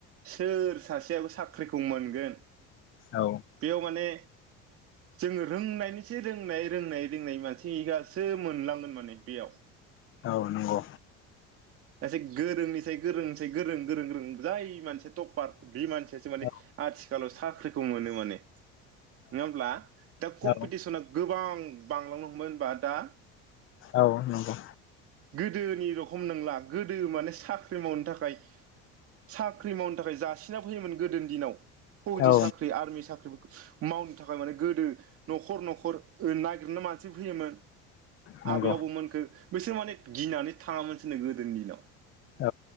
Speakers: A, on the right; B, on the left.
A: सोर सासे सेयाबो साख्रिखौ मोनगोन
B: औ
A: बेयाव माने जोङो रोंनायनिसाय रोंनाय रोंनाय रोंनाय मानसिआसो मोनलांगोन मोन। ने बेयाव।
B: औ नंगौ।
A: दा जाय गोरोंनिसाय गोरोंनिसाय गोरों गोरों गोरों जाय मानसिया टपार बे मानसि यासो माने
B: औ
A: आथि खालाव साख्रिखौ मोनो माने। नङा होमब्ला? दा कम्पिटिसना
B: औ
A: गोबां बांलांनो हमबाय होनबा दा
B: औ नंगौ।
A: गोदोनि र' खम नोंला गोदो माने साख्रि मावनो थाखाय साख्रि मावनो थाखाय जासि ना फैयोमोन गोदोनि दिनाव फौजि
B: औ
A: साख्रि आरमि साख्रिफोरखौ मावनो थाखाय माने गोदो न'खर न'खर ओ नागिरनो मानसि फैयोमोन
B: नंगौ
A: आबै आबौ मोनखो बिसोर माने गिनानै थाङामोनसोनो गोदोनि दिनाव
B: औ